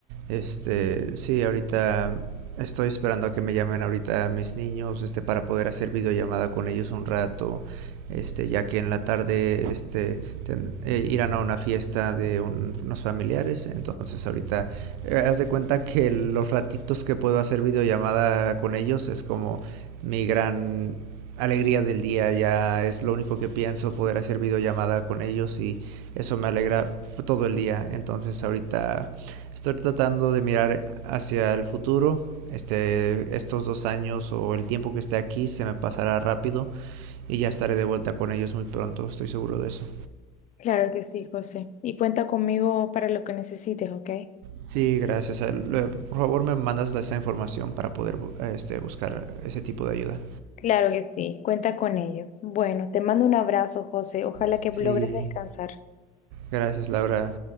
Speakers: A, on the right; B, on the left.
A: Este, sí, ahorita estoy esperando a que me llamen ahorita mis niños, este, para poder hacer videollamada con ellos un rato, este, ya que en la tarde, este, ten- eh, irán a una fiesta de un- unos familiares, entonces ahorita, eh, haz de cuenta que los ratitos que puedo hacer videollamada con ellos es como mi gran alegría del día, ya es lo único que pienso, poder hacer videollamada con ellos y eso me alegra todo el día, entonces ahorita Estoy tratando de mirar hacia el futuro. Este, estos dos años o el tiempo que esté aquí se me pasará rápido y ya estaré de vuelta con ellos muy pronto, estoy seguro de eso.
B: Claro que sí, José. Y cuenta conmigo para lo que necesites, ¿ok?
A: Sí, gracias. Eh, Por favor, me mandas esa información para poder este, buscar ese tipo de ayuda.
B: Claro que sí, cuenta con ello. Bueno, te mando un abrazo, José. Ojalá
A: Sí,
B: que logres descansar.
A: gracias, Laura.